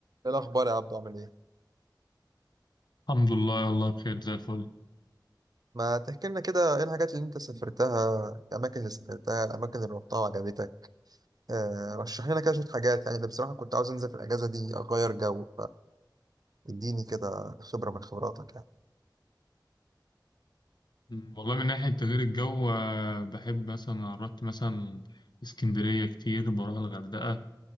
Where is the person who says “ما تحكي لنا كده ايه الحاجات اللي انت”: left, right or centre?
Right